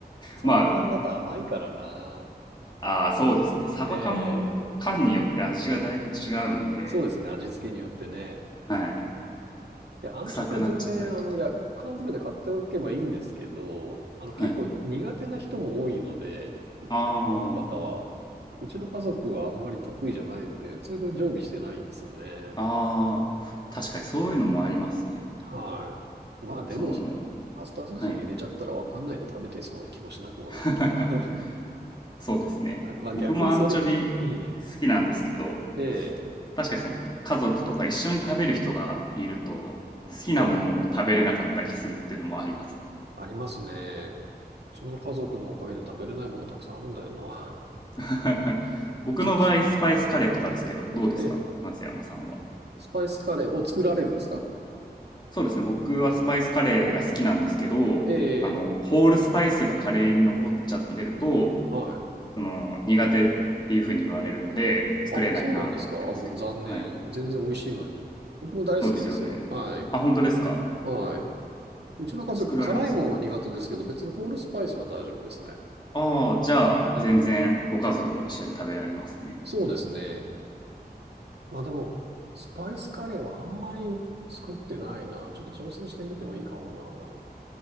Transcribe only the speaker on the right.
サバ缶だと甘いからな。
ええ、そうですね、味付けによってね。
いや、アンチョビは全然、
あの、いや、缶詰で買っておけばいいんですけど、あの、結構苦手な人も多いので、
日本の方は。うちの家族はあんまり得意じゃないんで、それで常備してないんですよね。
はい。まあでも、
パスタソースに入れちゃったらわかんないで食べてそうな気もしなくもないけど。
<laughs>
はい。まあ逆にそれ、
うん。ええ、
はい。ありますね。うちの家族のおかげで食べれないものたくさんあるんだよな。
<laughs>
牡蠣。
はい。
ええ、スパイスカレーを作られるんですか
ええ、
ええ
はい。
あ、そうなんですか。あ、もう残念。
全然美味しいのに。僕も大好きですよ。
はい。
はい。うちの家族、
辛いもんは苦手ですけど、別にホールスパイスは大丈夫ですね。
うん。
そうですね。まあでも、スパイスカレーはあんまり作ってないな。ちょっと挑戦してみてもいいかも